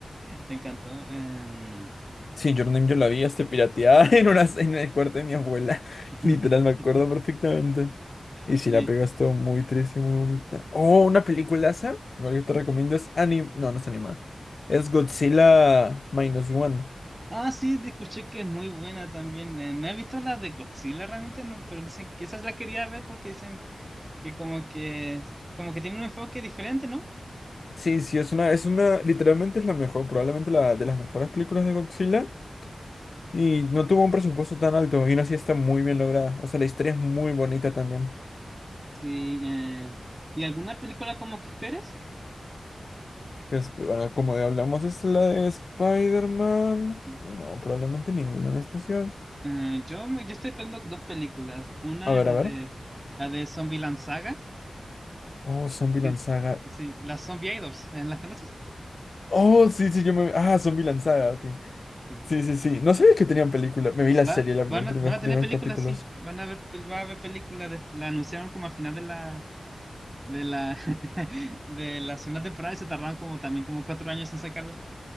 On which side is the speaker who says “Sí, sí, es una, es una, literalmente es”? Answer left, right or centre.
Left